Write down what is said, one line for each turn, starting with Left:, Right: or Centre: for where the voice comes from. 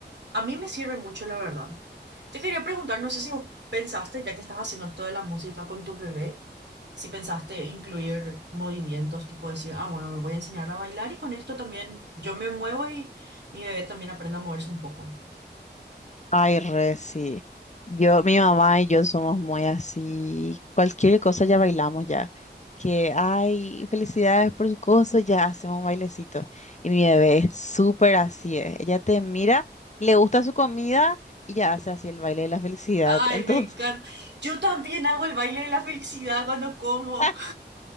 Right: a mí me sirve mucho, la verdad. Te quería preguntar, no sé si vos pensaste, ya que estás haciendo esto de la música con tu bebé, si pensaste incluir movimientos, tipo decir, ah, bueno, le voy a enseñarla a bailar y con esto también yo me muevo y mi bebé también aprende a moverse un poco.
Left: Ay, re, sí. Yo, mi mamá y yo somos muy así. Cualquier cosa ya bailamos ya. Que, ay, felicidades por su cosa, ya hacemos un bailecito. Y mi bebé es súper así. eh. Ella te mira, le gusta su comida y ya hace así el baile de la felicidad.
Right: Ay,
Left: Entonces,
Right: me encanta. Yo también hago el baile de la felicidad cuando como.
Left: <laughs>